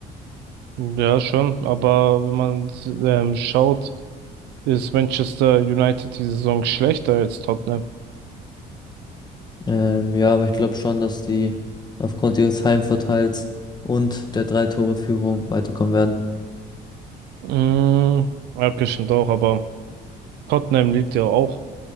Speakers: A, on the right; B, on the left.
A: Ja, schon, aber wenn man ähm, schaut, ist Manchester United die Saison schlechter als Tottenham.
B: Ähm, ja, aber ich glaube schon, dass die aufgrund ihres Heimvorteils und der Drei-Tore-Führung weiterkommen werden.
A: Mhm, ja, okay, stimmt auch, aber Tottenham liegt ja auch